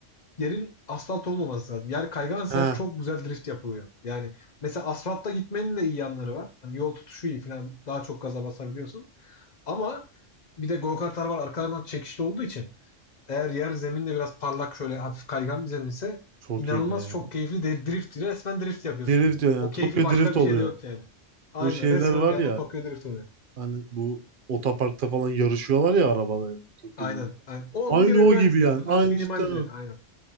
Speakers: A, on the left; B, on the right.
A: Yerin asfalt olmaması lazım. Yer kaygansa
B: He,
A: her çok güzel drift yapılıyor. Yani mesela asfaltta gitmenin de iyi yanları var. Hani yol tutuşu iyi falan daha çok gaza basabiliyorsun. Ama bir de go-kartlar var arkalarından çekişli olduğu için eğer yer zeminde biraz parlak şöyle hafif kaygan bir zemin ise
B: çok
A: inanılmaz
B: iyi kaya.
A: çok keyifli de drift. Resmen drift yapıyorsun
B: Drift
A: yani.
B: diyor yani.
A: O keyfi
B: Tokyo
A: başka
B: Drift
A: bir
B: oluyor.
A: şeyde yok yani. Aynen
B: Bu şeyler
A: resmen
B: var
A: bir
B: ya
A: anda Tokyo Drift oluyor.
B: hani bu otoparkta falan yarışıyorlar ya arabalar. Tokyo
A: Aynen.
B: Drift.
A: aynen. O onun
B: Aynı
A: bir evren
B: o gibi
A: aynısı
B: yani.
A: Sadece
B: Aynı
A: minimal
B: cidden
A: düzeyde.
B: o.
A: Aynen.